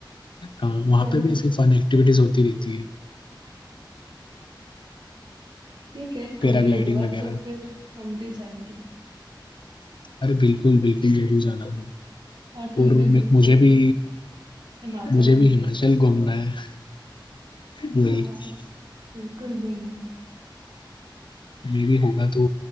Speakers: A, on the left; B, on the right.
A: हाँ वहाँ
B: चलो
A: पे भी ऐसे फन एक्टिविटीज होती रहती है
B: ठीक है कभी
A: पैराग्लाइडिंग
B: हुआ
A: वगैरह
B: तो फिर हम भी जाएंगे
A: अरे बिल्कुल बिल्कुल जरूर जाना तुम
B: और तुम
A: और
B: भी बिल्कुल
A: मैं- मुझे भी
B: हिमाचल
A: मुझे भी
B: घूमना
A: हिमाचल घूमना है वही
B: हाँ हाँ बिल्कुल घूमना
A: मे भी होगा तो